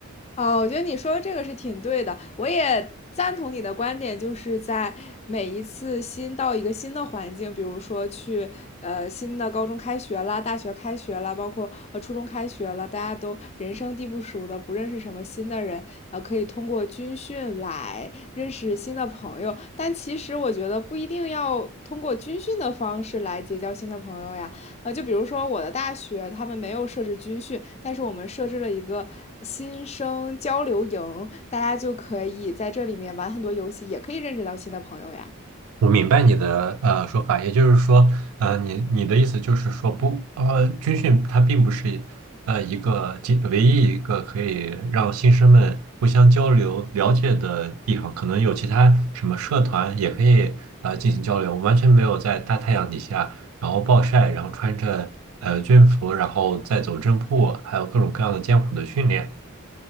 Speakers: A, on the left; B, on the right.
A: 哦，我觉得你说的这个是挺对的，我也赞同你的观点，就是在每一次新到一个新的环境，比如说去呃新的高中开学啦、大学开学啦，包括呃初中开学了，大家都人生地不熟的，不认识什么新的人，呃，可以通过军训来认识新的朋友。但其实我觉得不一定要通过军训的方式来结交新的朋友呀，呃，就比如说我的大学，他们没有设置军训，但是我们设置了一个新生交流营，大家就可以在这里面玩很多游戏，也可以认识到新的朋友呀。
B: 我明白你的呃说法，也就是说，呃，你你的意思就是说不，呃，军训它并不是呃一个仅唯一一个可以让新生们互相交流了解的地方，可能有其他什么社团也可以呃进行交流。我完全没有在大太阳底下，然后暴晒，然后穿着呃军服，然后再走正步，还有各种各样的艰苦的训练。